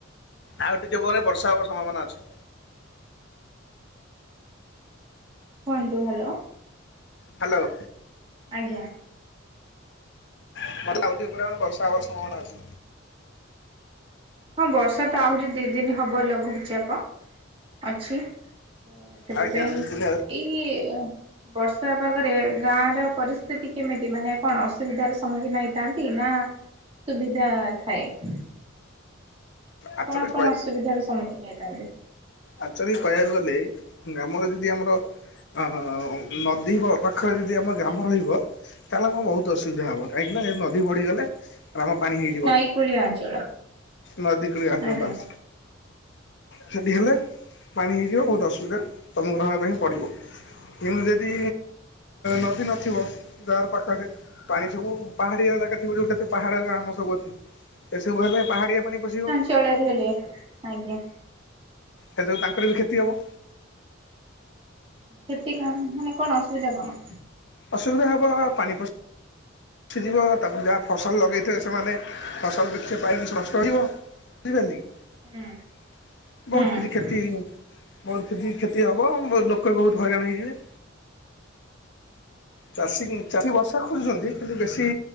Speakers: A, on the left (about 60°); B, on the right (about 25°).
A: ଆଉ ଟିକେ ପରେ ବର୍ଷା ହବାର ସମ୍ଭାବନା ଅଛି।
B: କୁହନ୍ତୁ ହ୍ୟାଲୋ।
A: ହ୍ୟାଲୋ।
B: ଆଜ୍ଞା।
A: <inaudible> ଆଉ ଟିକେ ପରେ ଆମର ବର୍ଷା ହବାର ସମ୍ଭାବନା ଅଛି।
B: ହଁ ବର୍ଷା ତ ଆହୁରି ଦିଇ ଦିନ ହବ ଲଘୁଚାପ ଅଛି। ତ ସେଥିପାଇଁ
A: ଆଜ୍ଞା ଦି ଦିନ
B: ଏଇ ବର୍ଷା ପାଗରେ ଗାଁ ର ପରିସ୍ଥିତି କେମିତି ମାନେ କଣ ଅସୁବିଧାର ସମ୍ମୁଖୀନ ହେଇଥାନ ନ୍ତି ନା ସୁବିଧା ଥାଏ?
A: ଆକ୍ଚୁଆଲି
B: କଣ କଣ ଅସୁବିଧାର ସମ୍ମୁଖୀନ ହେଇଥାନ୍ତି?
A: ଆଚୱାଲି କହିବାକୁ ଗଲେ ଗ୍ରାମରେ ଯଦି ଆମର ଆହ ନଦୀ ପା ପାଖରେ ଯଦି ଆମ ଗ୍ରାମ ରହିବ ତାହେଲେ ଆମର ବହୁତ ଅସୁବିଧା ହବ କାହିଁକିନା ଏ ନଦୀ ବଢିଗଲେ ଗ୍ରାମ ପାଣି ହେଇଯିବ
B: ନଈ କୂଳିଆ ଅଞ୍ଚଳ
A: ନଦୀକୁଳିଆ <unintelligible>
B: ଆଜ୍ଞା
A: ସେନ୍ତି ହେଲେ ପାଣି ହେଇଯିବ ବହୁତ ଅସୁବିଧାରେ ସମ୍ମୁଖୀନ ହବା ପାଇଁ ପଡିବ। କିନ୍ତୁ ଯଦି ନଦୀ ଅ ନଥିବ ଯାହାର ପାଖାପାଖି ପାଣି ସବୁ ପାହାଡିଆ ଜାଗା ଥିବ ଯୋଉଟା ପାହାଡି ଗ୍ରାମ ସବୁ ଅଛି ଏସବୁ ହେଲେ ପାହାଡ଼ିଆ ପାଣି ପଶିବ।
B: ଚଳରେ ହେଲେ ଆଜ୍ଞା।
A: ହେଥିରୁୁ ତାଙ୍କର ବି କ୍ଷତି ହବ।
B: କ୍ଷତି କଣ ମାନେ କଣ ଅସୁବିଧା କଣ?
A: ଅସୁବଧା ହବ ପାଣି ପ ଶିଯିବ ତାପରେ ଯାହା ଫସଲ ଲଗେଇଥିବ ସେମାନେ ଫସଲ ବିକ୍ରି ପାଇଁ ସ ନଷ୍ଟ ହେଇଯିବ। ଝିପାରଲେ କି
B: ହୁଁ ହୁଁ
A: ବୋହୁତ କିଛି କ୍ଷତି ବହୁତ କ୍ଷତି କ୍ଷତି ହବ ବୋ ଲୋକ ରୁ ବୋହୁତ ହଇରାଣ ହେଇଯିବେ। ଚାଷୀ ଚାଷୀ ବର୍ଷା ଖୋଜୁଚନ୍ତି। କିନ୍ତୁ ବେଶୀ